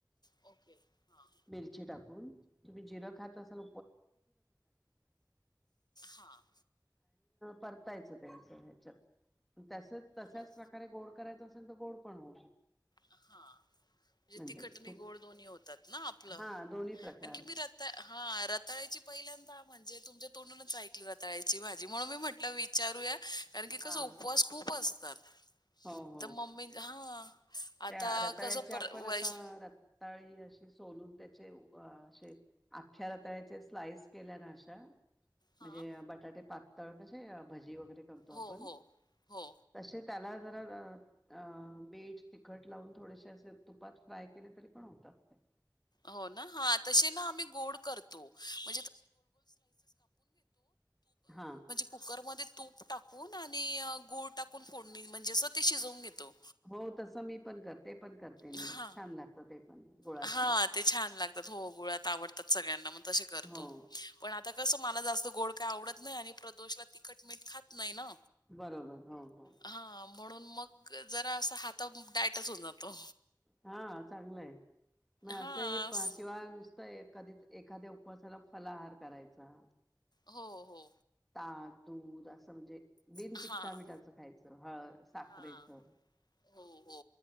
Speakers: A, on the left (about 70°); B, in the centre.
A: ओके. हां.
B: मिरची टाकून तुम्ही जिरं खात असेल.
A: हां.
B: टा <unintelligible> परतायच ते अस ह्याच्यात तशच
A: ओके.
B: प्रकारे गोड करायच असेल तर गोड पण होऊ
A: हा म्हणजे
B: म्हणजे
A: तिखटणी
B: तूप
A: गोड दोन्ही होतात ना आपलं
B: हा दोन्ही प्रकार
A: आणखी मी हा रताळाची पहिल्यांदा म्हणजे तुमच्या तोंडूनच ऐकली रातताळायची भाजी म्हणून मी म्हटलं वि विचारूया कारण की
B: हा
A: कसं उपवास खूप असतात
B: हो हो
A: तर मम्मी हा
B: त्या
A: आता
B: रताळ्याचे
A: कसं पर
B: आपण
A: वैश
B: आता रताळी असशी सोलून त्याचे अे अख्ख्या रतळ्याचे स्लाईस केल्या ना अशा म्हणजे
A: हा
B: बटाटे पातळ कसे भजी वगैरे करतो आपण
A: हो हो हो
B: तसे त्याला जरा मीड तिखट लावून थोडेसे असे तुपात फ्राय केले तरी पण होतात नाही
A: हो ना हा तसे ना आम्ही गोड करतो <inaudible>
B: हा
A: कुकरमध्ये तूप टाकून आणि गूळ टाकून फोडणी म्हणजे अस ते शिजवून घेतो
B: हो तसं मी पण करते पण करते
A: हा
B: मी छान लागत ते पण गुळातले
A: हां, ते छान लागतात हो गुळात आवडतात सगळ्यांना मग तसे करतो
B: हो
A: पण आता कसं मला जास्त गोड काय आवडत नाही आणि प्रदोषला तिखट मीठ खात नाही ना
B: बरोबर हो हो
A: हा म्हणून मग जरा असा हात डायटच होऊन जातो
B: हा चांगलं आहे मग
A: हां,
B: असं हे प
A: स
B: किंवा नुसत कधीच एखाद्या उपवासाला फलाहार करायचा
A: हो हो
B: ताप दूध असं म्हणजे बिन
A: हां,
B: तिखटा मिठाचं खायच हळ साखरेचं
A: हां. हो हो